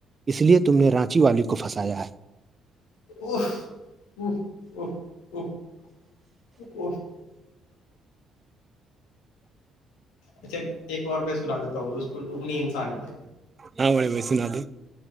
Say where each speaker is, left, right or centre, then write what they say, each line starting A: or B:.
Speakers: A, on the right (about 30°); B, on the left (about 65°).
A: اس لیے تم نے رانچی والی کو پھنسایا ہے
B: <unintelligible> <unintelligible> اچھا ایک اور میں سنا دیتا ہوں اس اگنی انسان پ
A: ہاں بھائی بھی سنا دی